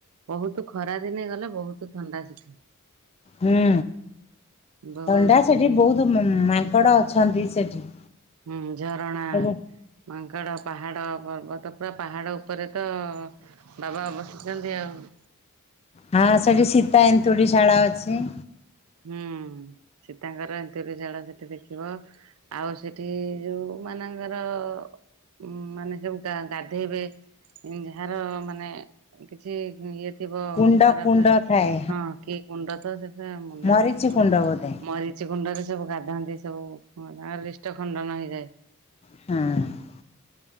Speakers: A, on the right; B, on the left.
A: ବହୁତୁ ଖରା ଦିନ ଗଲେ ବହୁତୁ ଥଣ୍ଡା ସେଠି।
B: ହୁଁ
A: ବହୁତ
B: ଥଣ୍ଡା ସେଠି ବୋହୁତୁ ମାଙ୍କଡ ଅଛନ୍ତି ସେଠି।
A: ହୁଁ ଝରଣା
B: ହୁଁ
A: ମାଙ୍କଡ଼ ପାହାଡ଼ ପର୍ବତ ପୁରା ପାହାଡ଼ ଉପରେ। ତ ବାବା ବସିଚନ୍ତି ଆଉ।
B: ହଁ ସେଠ ସୀତା ଏ ନ୍ତେଡ଼ି ଶାଳ ଅଛି।
A: ହୁଁ ସୀତାଙ୍କର ଏନ୍ତୁଡି ଶାଳ ସେଠି ଦେଖିବ। ଆଉ ସେଠି ଯୋଉ ମାନଙ୍କର ଉଁ ମାନେ ଯୋଟା ଗାଧେଇବେ। ଯାହାର ମାନେ କିଛି ଇଏ ଥିବ
B: କୁଣ୍ଡ
A: ଖରାପ
B: କୁଣ୍ଡ ଥାଏ
A: ହଁ କି କୁଣ୍ଡ ତ ସେଟା ମନେ
B: ମରିଚି
A: ପଡୁନି
B: କୁଣ୍ଡ ବୋଧେ
A: ମରିଚି କୁଣ୍ଡରେ ସବୁ ଗାଧାନ୍ତି ସବୁ ତାଙ୍କର ଲିଷ୍ଟ ଖଣ୍ଡନ ହେଇଯାଏ।
B: ହଁ।